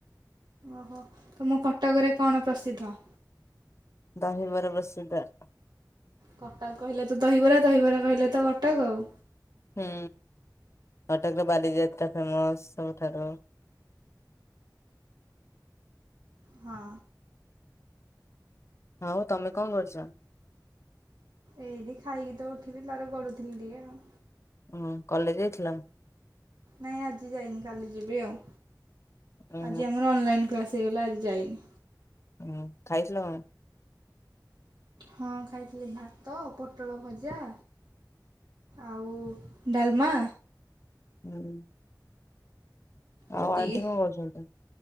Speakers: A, on the right; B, on the left.
A: ଅହ ତମ କଟକରେ କଣ ପ୍ରସିଦ୍ଧ?
B: ଦହିବରା ପ୍ରସିଦ୍ଧ।
A: କଟକ କହିଲେ ତ ଦହିବରା, ଦହିବରା କହିଲେ ତ କଟକ ଆଉ।
B: ହୁଁ କଟକର ବାଲିଯାତ୍ରା ଫେମସ ସବୁଠାରୁ।
A: ହଁ।
B: ଆଉ ତମେ କଣ କରୁଛ?
A: ଏଇଠି ଖାଇକି ତ ଉଠିଲି ତାପରେ ଗଡୁଥିଲି ଟିକେ ଆଉ
B: ଉଁ କଲେଜ ଯାଇଥିଲା?
A: ନାଇଁ ଆଜି ଯାଇନି କାଲି ଯିବି ଆଉ
B: ଉଁ
A: ଆଜି ଆମର ଅନଲାଇନ୍ କ୍ଲାସ୍ ହେଇଗଲା ଆଜି ଯାଇନି।
B: ହୁଁ ଖାଇଥିଲ କଣ?
A: ହଁ ଖାଇଥିଲି ଭାତ, ପୋଟଳ ଭଜା ଆଉ ଡାଲମା।
B: ହୁଁ।
A: ସେତିକି।
B: ଆଉ ଆଣ୍ଟି କଣ କରୁଛନ୍ତି?